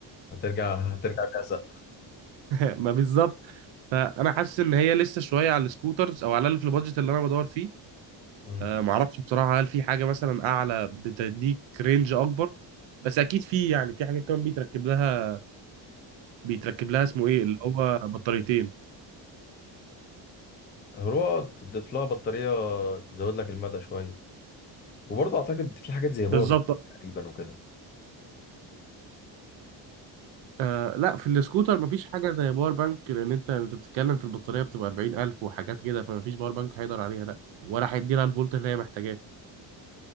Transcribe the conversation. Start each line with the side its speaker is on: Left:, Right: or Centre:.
Left: هترجع هترجع بهزق
Right: <laughs> ما بالظبط فانا حاسس ان هي لسه شويه على السكوترز او على الاقل في البادجت اللي انا بدور فيه
Left: مم.
Right: أه ما اعرفش بصراحه هل في حاجه مثلا اعلى بتديك رينج اكبر بس اكيد في يعني في حاجات كمان بيتركب لها بيتركب لها اسمه ايه اللي هو بطاريتين
Left: هو تضيف لها بطارية تزود لك المدى شوية وبرضه أعتقد في حاجات زي
Right: بالظبط
Left: باور بانك تقريبا وكده
Right: آه
Left: مش عارف.
Right: لا في السكوتر مفيش حاجة زي باور بانك لأن أنت أنت بتتكلم في البطارية بتبقى 40000 وحاجات كده فمفيش باور بانك هيقدر عليها لا ولا هيديلها الفولت اللي هي محتاجاه